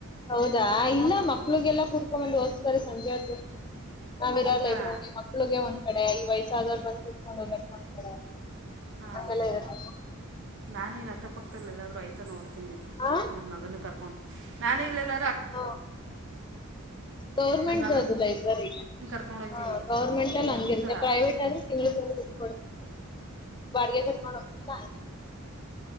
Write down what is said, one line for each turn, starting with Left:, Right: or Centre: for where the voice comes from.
Left: ಹೌದಾ ಇಲ್ಲ ಮಕ್ಳಿಗೆಲ್ಲ ಕುೂರ್ಕೊಂಬಂದ್ ಹಸ್ತರಿಸ ಸಂಜೆತ್ತು ನಾ್ಿರ
Right: ಹೌದಾ
Left: ಲೈಬ್ರರಿ ಮಕ್ಕಳಿಗೆ ಒಂದ ಈ ಕಡೆ ಈ ವಯಸ್ಸಾದಾರ ಬಂದು ಕತ್ಕೊಂಡು ಹದ್ಬೇಕು ಒಂದ ಕಡೆ
Right: ಹಾಂ
Left: ಎಳ <unintelligible>
Right: ನಾನು ಇಲ್ಲಿ ಅಕ್ಕ ಪಕ್ಕದಲ್ಲಿ ಎಲ್ಲಾದ್ರು ಆಯತಾ ನೋಡ್ರಿ ಹತನಿರು
Left: ಆ
Right: ನನ್ನ ಮಗನು ಕರ್ಕೊಂಡು ನಾನು ಇಲ್ಲಲ್ಲ
Left: ಹಾ ಗೌರ್ಮೆಂಟ್್ದ
Right: ನನ್ನ ಮಗನ
Left: ಅದು ಲೈಬ್ರರಿ
Right: ಕರ್ಕೊಂಡು ಹೋಗ್ತೀನಿ
Left: ಹ ಗೌರ್ಮೆಂಟ್ ಅಲ್ಲಿ ನಂಗಗೆರುತ್ತ
Right: ಹೌದಾ
Left: ಪ್ರೈವಟ್ ಆದ್ರೂ ತಿಂಗಳ ತಿ ಬಿಯ ಪ್ರಮಾಣ <unintelligible>